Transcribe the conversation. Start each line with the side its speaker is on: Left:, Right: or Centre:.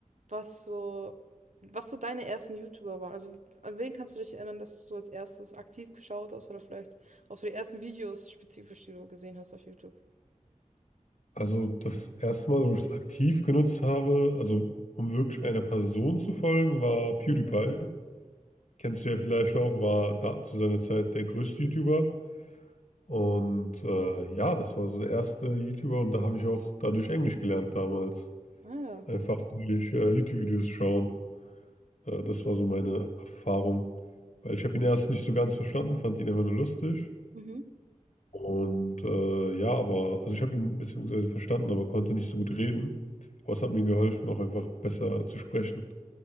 Right: was so, was so deine ersten YouTuber waren. Also an wen kannst du dich erinnern, dass du als erstes aktiv geschaut hast oder vielleicht auch so die ersten Videos spezifisch, die du gesehen hast auf YouTube?
Left: Also das erste Mal, wo ich es aktiv genutzt habe, also um wirklich einer Person zu folgen, war PewDiePie. Kennst du ja vielleicht auch, war da zu seiner Zeit der größte YouTuber. Und äh, ja, das war so der erste YouTuber und da habe ich auch dadurch Englisch gelernt damals.
Right: Ah, ja.
Left: Einfach durch äh, YouTube-Videos schauen. Äh, das war so meine Erfahrung. Weil ich habe ihn erst nicht so ganz verstanden, fand ihn einfach nur lustig.
Right: mhm.
Left: Und äh, ja, aber, also ich habe ihn beziehungsweise verstanden, aber konnte nicht so gut reden. Aber es hat mir geholfen, auch einfach besser zu sprechen.